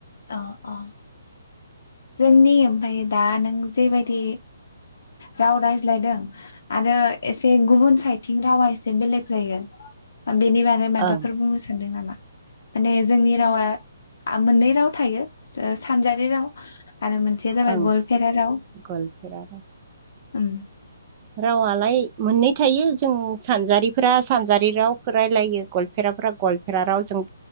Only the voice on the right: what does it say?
ओं
ओं
गवालपेरा
रावालाय मोननै थायो जों सानजारिफोरा सानजारि रावखौ रायलायो गल फेराफोरा गलफेरा राव जों